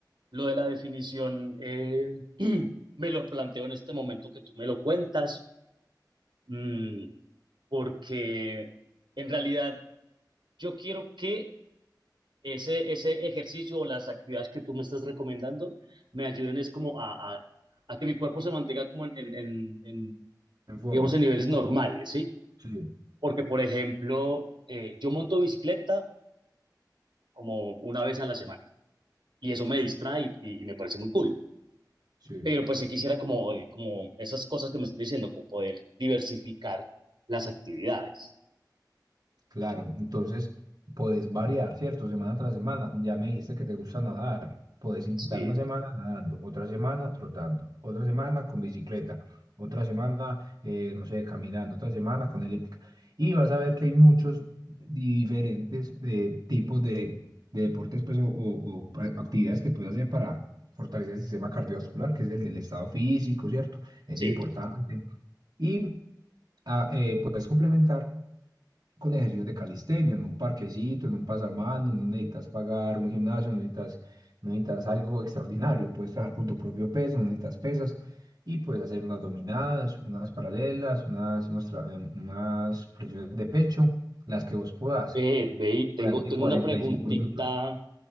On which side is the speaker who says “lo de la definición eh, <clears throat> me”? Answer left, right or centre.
Right